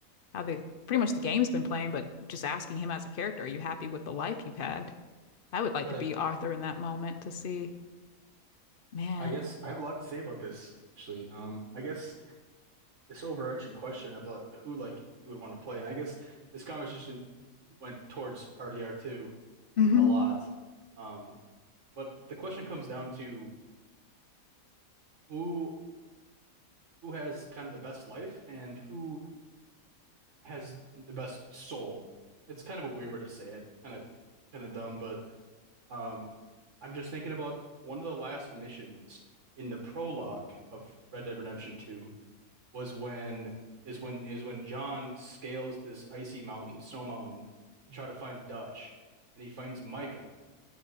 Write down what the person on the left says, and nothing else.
how the pretty much the game's been playing?" But just asking him as a character, "Are you happy with the life you've had?" I would like
to be Arthur in that moment to see, man.
Mm-hmm.